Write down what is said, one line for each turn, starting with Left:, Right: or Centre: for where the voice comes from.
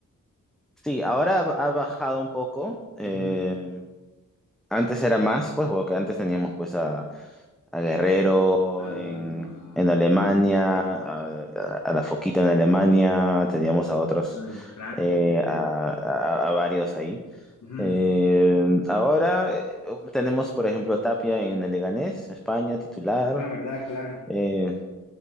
Centre: Sí, ahora ha, ha bajado un poco. eh,
Left: Ujú.
Centre: antes era más, pues, porque antes teníamos pues a, a Guerrero
Left: Claro,
Centre: en,
Left: ah,
Centre: en Alemania, a, a- a la Foquita en Alemania, teníamos a otros,
Left: Ah, Crack.
Centre: eh, a, a- a varios ahí.
Left: Ujú.
Centre: Eh, ahora eh, tenemos, por ejemplo, a Tapia en el Leganés, España, titular.
Left: Ah, ¿verdad? Claro.
Centre: eh,